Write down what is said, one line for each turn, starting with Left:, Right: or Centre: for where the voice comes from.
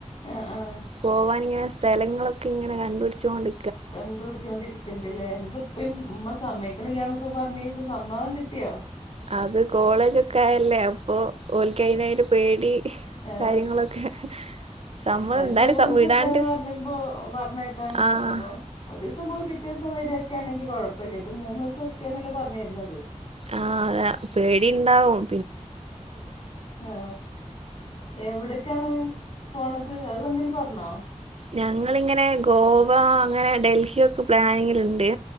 Left: ആഹ് ആഹ്
Right: പോവാൻ ഇങ്ങനെ സ്ഥലങ്ങളൊക്കെ ഇങ്ങനെ കണ്ടപിടിച്ചോണ്ട്
Left: കണ്ടുപിടിച്ചോണ്ടിരിക്കണ്ടല്ലേ എന്തപ്പേം ഉമ്മ സമ്മയ് ക്കണില്ലന്നൊക്കെ പറഞ്ഞിരുന്നു സമ്മതം കിട്ടിയോ?
Right: അത് കോളേജൊക്കെ ആയല്ലേ അപ്പൊ ഓൽക്ക് അയിന് നയിന് പേടി
Left: ആ
Right: കാര്യങ്ങളൊക്കെ സമ്മതം
Left: രണ്ട്
Right: എന്തായാലും
Left: മൂന്ന് ദിവസൊക്കാന്ന്
Right: വിടാണ്ട്
Left: പറഞ്ഞപ്പോ പറഞ്ഞേക്കാ
Right: ആഹ്
Left: ഒരു ദിവസം പോയി പിറ്റേ ദിവസം വരൊക്കെ ആണെങ്ക കുഴപ്പ അപ്പേ ഇത് മൂന്ന് ദിവസൊക്കെന്നല്ലെ പറഞ്ഞിരുന്നത്
Right: ആ പേടി ഉണ്ടാവും
Left: ആ എവിടെക്കാണ് പോണത് അത് ഇപ്പ എന്തേലും പറഞ്ഞോ.
Right: ഞങ്ങളിങ്ങനെ ഗോവ അങ്ങനെ ഡൽഹിയൊക്കെ പ്ലാനിങ്ങിലുണ്ട്.